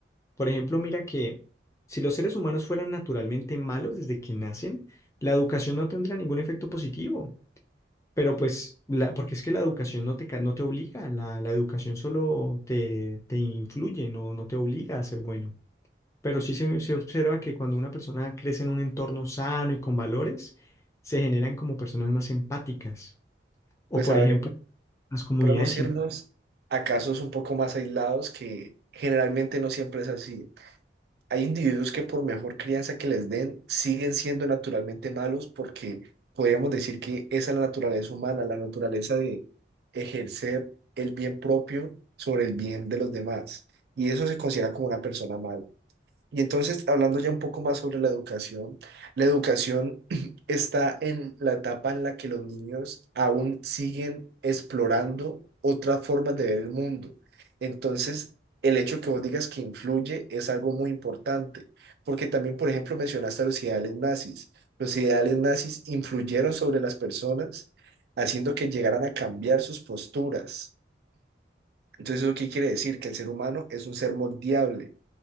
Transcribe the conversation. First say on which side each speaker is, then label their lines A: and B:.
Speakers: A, on the left; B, on the right.
A: Por ejemplo, mira que si los seres humanos fueran naturalmente malos desde que nacen, la educación no tendría ningún efecto positivo. Pero pues, la, porque es que la educación no te, ca- no te obliga, la, la educación solo te, te influye, no, no te obliga a ser bueno. Pero sí se, se observa que cuando una persona crece en un entorno sano y con valores, se generan como personas más empáticas. O
B: Pues
A: por
B: a
A: ejemplo,
B: ver,
A: las comunidades
B: podemos irnos a casos un poco más aislados que generalmente no siempre es así. hay individuos que por mejor crianza que les den, siguen siendo naturalmente malos porque podríamos decir que esa es la naturaleza humana, la naturaleza de ejercer el bien propio sobre el bien de los demás. Y eso se considera como una persona mala. Y entonces, hablando ya un poco más sobre la educación, la educación <clears throat> está en la etapa en la que los niños aún siguen explorando otras formas de ver el mundo. Entonces, el hecho que vos digas que influye es algo muy importante, porque también, por ejemplo, mencionaste a los ideales nazis. Los ideales nazis influyeron sobre las personas, haciendo que llegaran a cambiar sus posturas. Entonces, ¿eso qué quiere decir? Que el ser humano es un ser moldeable